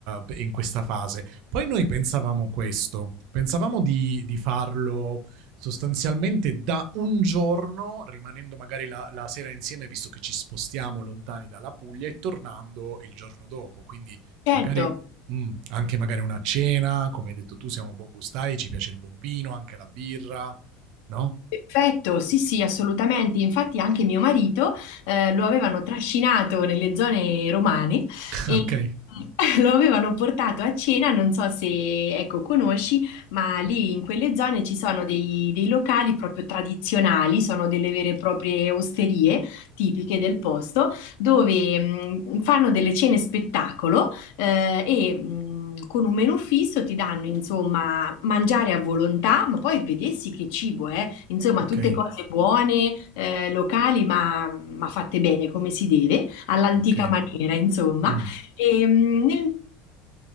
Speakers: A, on the right; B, on the left.
A: eh, in questa fase. Poi noi pensavamo questo, pensavamo di, di farlo sostanzialmente da un giorno, rimanendo magari la, la sera insieme, visto che ci spostiamo lontani dalla Puglia, e tornando il giorno dopo, quindi
B: Certo.
A: magari... mm, anche magari una cena, come hai detto tu, siamo buongustai, ci piace il bombino, anche la birra, no?
B: Perfetto, sì, sì, assolutamente. Infatti anche mio marito eh, lo avevano trascinato nelle zone romane
A: <laughs>
B: e
A: ok.
B: <laughs> lo avevano portato a cena, non so se ecco, conosci, ma lì in quelle zone ci sono dei, dei locali proprio tradizionali, sono delle vere e proprie osterie tipiche del posto, dove mh, fanno delle cene spettacolo eh, e mh, con un menù fisso ti danno insomma mangiare a volontà, ma poi vedessi che cibo è Insomma,
A: Ok.
B: tutte cose buone, eh, locali, ma, ma fatte bene come si deve, all'antica
A: Okay.
B: maniera, insomma.
A: Mh.
B: E, mm, nel